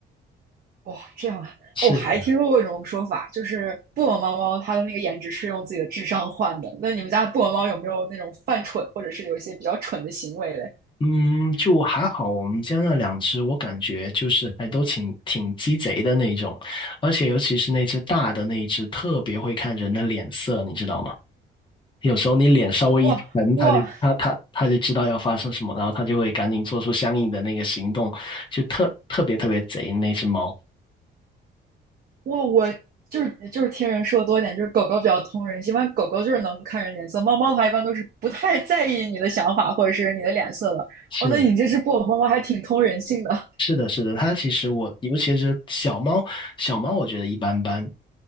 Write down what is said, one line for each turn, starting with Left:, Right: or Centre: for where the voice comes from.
Right: 哇，这样啊！
Left: 是，
Right: 哦，我还听说过一种说法，
Left: 的。
Right: 就是布偶猫猫它的那个颜值是用自己的智商换的。那你们家布偶猫有没有那种犯蠢，或者是有一些比较蠢的行为嘞？
Left: 嗯，就还好，我们家那两只，我感觉就是还都挺挺鸡贼的那种，而且尤其是那只大的那一只，特别会看人的脸色，你知道吗？有时候你脸稍微一沉，
Right: 哇哇，
Left: 它就它它它就知道要发生什么，然后它就会赶紧做出相应的那个行动，就特特别特别贼那只猫。
Right: 我我就是就是听人说多一点，就是狗狗比较通人性，一般狗狗就是能看人脸色，猫猫的话一般都是不太在意你的想法或者是你的脸色的。
Left: 是
Right: 哦，那你这只布偶猫猫还挺通人性的。<laughs>
Left: 是的，是的，它其实我尤其是小猫，小猫我觉得一般般，